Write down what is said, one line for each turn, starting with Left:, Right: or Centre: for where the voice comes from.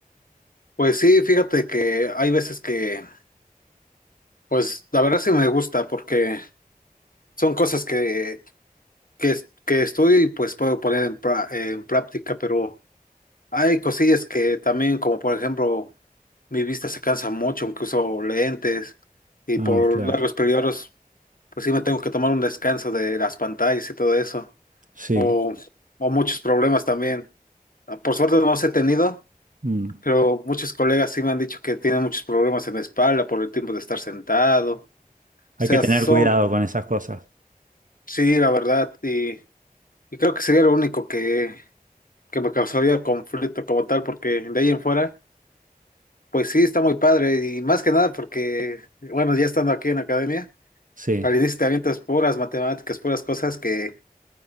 Left: Pues sí, fíjate que hay veces que, pues la verdad sí me gusta porque son cosas que, que, que estudio y pues puedo poner en, pra- en práctica, pero hay cosillas que también, como por ejemplo, mi vista se cansa mucho, aunque uso lentes y
Right: Ah,
Left: por
Right: claro,
Left: largos periodos Pues sí, me tengo que tomar un descanso de las pantallas y todo eso.
Right: sí.
Left: O, o muchos problemas también. Ah, Por suerte no los he tenido,
Right: mm.
Left: pero muchos colegas sí me han dicho que tienen muchos problemas en la espalda por el tiempo de estar sentado. O
Right: Hay
Left: sea,
Right: que tener
Left: son,
Right: cuidado con esas cosas.
Left: sí, la verdad, y, y creo que sería lo único que, que me causaría conflicto como tal, porque de ahí en fuera, pues sí, está muy padre. Y más que nada porque, bueno, ya estando aquí en la academia,
Right: Sí,
Left: al inicio te avientas puras matemáticas, puras cosas que